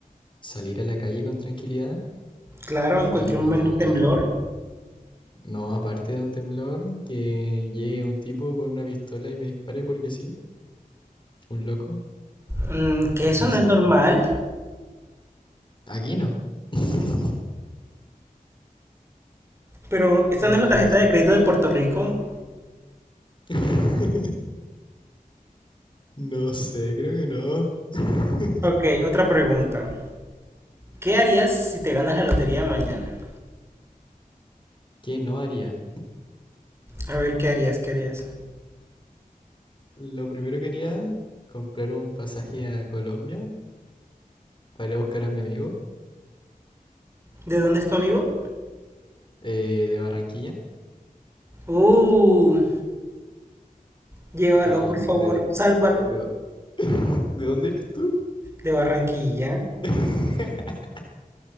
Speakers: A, on the left; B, on the right.
A: salir a la calle con tranquilidad
B: Claro, en cualquier
A: y
B: momento
A: no
B: un temblor.
A: la... No, aparte de un temblor, que llegue un tipo con una pistola y me dispare porque sí, un loco.
B: Mm, que eso
A: Entonces,
B: no es normal.
A: aquí no. <laughs>
B: Pero esta
A: Entonces,
B: no es la tarjeta de crédito de Puerto Rico.
A: <laughs> no sé, creo que no. <laughs>
B: Ok, otra pregunta. ¿Qué harías si te ganas la lotería mañana?
A: ¿Qué no haría?
B: A ver, ¿qué harías? ¿Qué harías?
A: Lo primero que haría, comprar un pasaje a Colombia para ir a buscar a mi amigo
B: ¿De dónde es tu amigo?
A: eh, de Barranquilla.
B: Uh, llévalo,
A: No,
B: por favor,
A: de,
B: sálvalo.
A: de, de- de- <laughs> ¿de dónde eras tú?
B: De Barranquilla.
A: <laughs>